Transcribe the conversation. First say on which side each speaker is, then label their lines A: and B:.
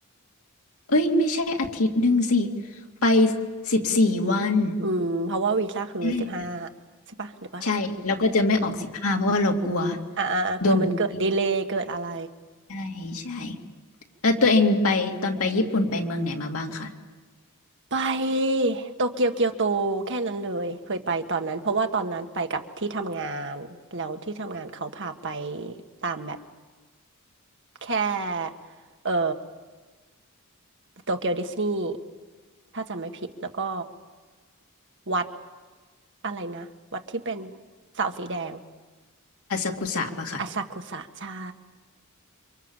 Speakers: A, on the left; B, on the right.
A: เอ้ยไม่ใช่อาทิตย์หนึ่งสิไปสิบสี่วัน
B: ๆ <laughs> อืมเพราะว่าวีซ่าคือสิบห้า
A: อืม
B: ใช่ปะหรือว่า
A: ใช่แล้วก็จะไม่ออกสิบห้าเพราะว่าเรากลัว
B: อ่าอ่าอ่ากลัวมันเกิดดีเลย์เกิดอะไร
A: โดนแบบนี้ใช่ใช่แล้วตัวเองไปตอนไปญี่ปุ่นไปเมืองไหนมาบ้างคะ
B: ไปโตเกียวเกียวโตแค่นั้นเลยเคยไปตอนนั้นเพราะว่าตอนนั้นไปกับที่ทำงานแล้วที่ทำงานเขาพาไปตามแบบแค่เอ่อโตเกียวดิสนีย์ถ้าจำไม่ผิดแล้วก็วัดอะไรนะวัดที่เป็นเสาสีแดง
A: อาซากุสะปะคะ
B: อาซากุสะใช่